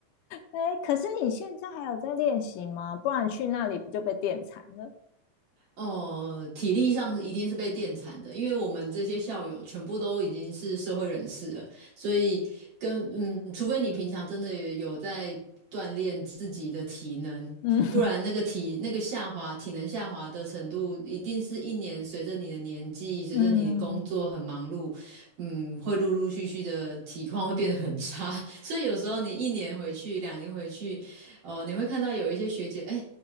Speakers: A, on the left; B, on the right.
A: 哎，可是你现在还有在练习吗？不然去那里不就被电惨了？
B: 哦，体力上一定是被电惨的，因为我们这些校友全部都已经是社会人士了，所以跟嗯，除非你平常真的有在锻炼自己的体能，
A: 嗯
B: 不然那个体那个下滑体能下滑的程度，一定是一年随着你的年纪，随着你的工作很忙碌，
A: <laughs> 嗯。
B: 嗯，会陆陆续续的体况会变得很差，<laughs> 所以有时候你一年回去，两年回去，哦，你会看到有一些学姐，哎，